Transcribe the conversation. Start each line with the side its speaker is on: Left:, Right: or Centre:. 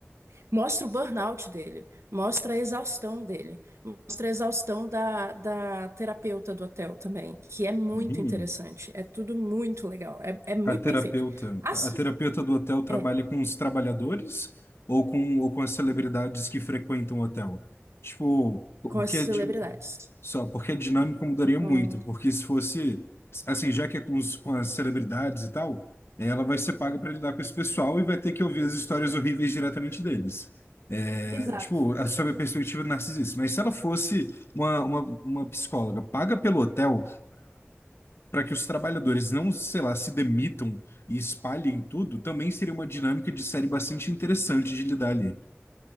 Right: mostra o burnout dele, mostra a exaustão dele, mostra a exaustão da, da terapeuta do hotel também, que é muito
Left: Uhum.
Right: interessante. É tudo muito legal, é, é muito
Left: A terapeuta,
Right: bem feito. Assim,
Left: a terapeuta do hotel trabalha
Right: é,
Left: com os trabalhadores ou com, ou com as celebridades que frequentam o hotel? Tipo, porque
Right: com as
Left: a
Right: celebridades.
Left: di- só porque a dinâmica mudaria
Right: com-
Left: muito, porque se fosse assim, já que é com, os, com as celebridades e tal, ela vai ser paga para lidar com esse pessoal e vai ter que ouvir as histórias horríveis diretamente deles. É,
Right: Exato.
Left: tipo, a- sob a perspectiva narcisista. Mas se ela fosse uma, uma, uma psicóloga paga pelo hotel para que os trabalhadores não, sei lá, se demitam e espalhem tudo, também seria uma dinâmica de série bastante interessante de lidar ali.